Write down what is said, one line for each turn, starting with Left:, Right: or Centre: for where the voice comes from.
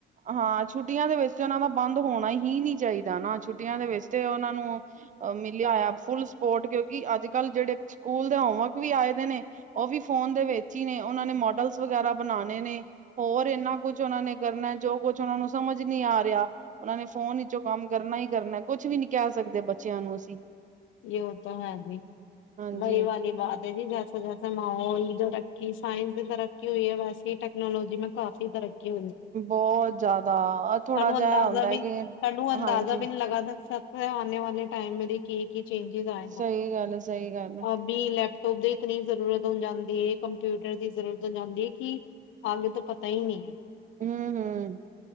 Right: ਹਾਂ ਛੁੱਟੀਆਂ ਦੇ ਵਿੱਚ ਤੇ ਉਹਨਾਂ ਦਾ ਬੰਦ ਹੋਣਾ ਹੀ ਨੀ ਚਾਹੀਦਾ ਨਾ ਛੁੱਟੀਆਂ ਦੇ ਵਿੱਚ ਤੇ ਉਹਨਾਂ ਨੂੰ ਮਿਲਿਆ ਹੋਇਆ ਫੁਲ ਸਪੋਰਟ ਕਿਉਂਕਿ ਅੱਜ ਕੱਲ ਜਿਹੜੇ ਸਕੂਲ ਦੇ ਹੋਮਵਰਕ ਵੀ ਆਏ ਦੇ ਨੇ ਉਹ ਵੀ ਫੋਨ ਦੇ ਵਿੱਚ ਹੀ ਨੇ ਉਹਨਾਂ ਨੇ ਮੋਡਲਸ ਵਗੈਰਾ ਬਣਾਣੇ ਨੇ ਹੋਰ ਇਨਾ ਕੁਛ ਉਹਨਾਂ ਨੇ ਕਰਨਾ ਜੋ ਕੁਛ ਉਹਨਾਂ ਨੂੰ ਸਮਝ ਨਹੀਂ ਆ ਰਿਹਾ ਉਹਨਾਂ ਨੇ ਫੋਨ ਵਿਚੋਂ ਕੰਮ ਕਰਨਾ ਹੀ ਕਰਨਾ ਕੁਛ ਵੀ ਨੀ ਕਹਿ ਸਕਦੇ ਬੱਚਿਆਂ ਨੂੰ ਅਸੀਂ
Left: ਇਹ ਉਹ ਤਾਂ ਹੈ ਨੀ
Right: ਹਾਂਜੀ
Left: ਵਈ ਵਾਲੀ ਬਾਤ ਮੇਰੀ ਗਲ ਸੁਣੋ ਜੈਸਾ ਮਾਹੌਲ ਤਰੱਕੀ ਸਾਇੰਸ ਤਰੱਕੀ ਹੋਈ ਹੈ ਵੈਸੇ ਹੀ ਟੈਕਨੋਲੋਜੀ ਮੈਂ ਕਾਫ਼ੀ ਤਰੱਕੀ
Right: ਬਹੁਤ ਜ਼ਿਆਦਾ ਥੋੜਾ
Left: ਸਾਨੂੰ
Right: ਜਿਹਾ
Left: ਅੰਦਾਜ਼ਾ
Right: ਹੁੰਦਾ
Left: ਵੀ
Right: ਕਿ
Left: ਸਾਨੂੰ ਅੰਦਾਜ਼ਾ
Right: ਹਾਂਜੀ
Left: ਵੀ ਨਹੀਂ ਲਗਾ ਸਕ ਆਣੇ ਵਾਲੇ ਟਾਈਮ ਮ ਕੀ ਕੀ ਚੇਂਜੇਜ ਆਏਗਾ
Right: ਸਹੀ ਗੱਲ ਹੈ ਸਹੀ ਗੱਲ ਹੈ
Left: ਅਭ ਵੀ ਲੈਪਟੋਪ ਦੀ ਇਤਨੀ ਜ਼ਰੂਰਤ ਹੋ ਜਾਂਦੀ ਹੈ ਕੰਪਿਊਟਰ ਦੀ ਜ਼ਰੂਰਤ ਹੋ ਜਾਂਦੀ ਹੈ ਕਿ ਹਾਲੇ ਤਾਂ ਪਤਾ ਹੀ ਨਹੀਂ
Right: ਹਮ ਹਮ